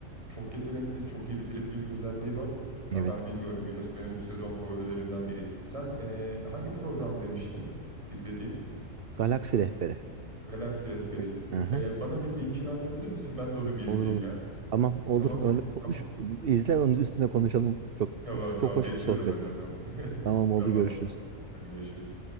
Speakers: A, on the right; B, on the right.
A: çok yetenekli, çok iyi bir dribbling özelliği var. Ya
B: Evet.
A: ben bilmiyorum Yunus benim bu sezon favorilerimden biri. Sen e, hangi program demiştin izlediğin?
B: Galaksi rehberi.
A: Galaksi Rehberi.
B: Ne? Aha.
A: Ee, bana bir linkini atabilir misin? Ben de onu bir izleyeyim
B: Olur olur.
A: ya.
B: Tamam olur
A: Tamam,
B: öyle
A: be-
B: konuş.
A: tamam.
B: İzle onun üstüne konuşalım. Çok
A: Tamam, tamam.
B: çok hoş
A: Bekliyorum
B: bir sohbetti.
A: hadi o zaman. <laughs>
B: Tamam oldu
A: Tamamdır.
B: görüşürüz.
A: Hadi görüşürüz.